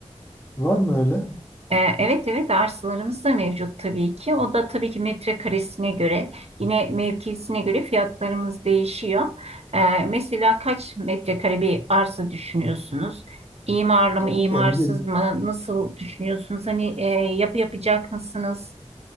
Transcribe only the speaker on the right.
Ee, Evet evet arsalarımız da mevcut tabii ki. O da tabii ki metrekaresine göre yine mevkisine göre fiyatlarımız değişiyor. Ee, mesela kaç metrekare bir arsa düşünüyorsunuz? İmarlı
mı, imarsız
mı? Nasıl düşünüyorsunuz? Hani e, yapı yapacak mısınız?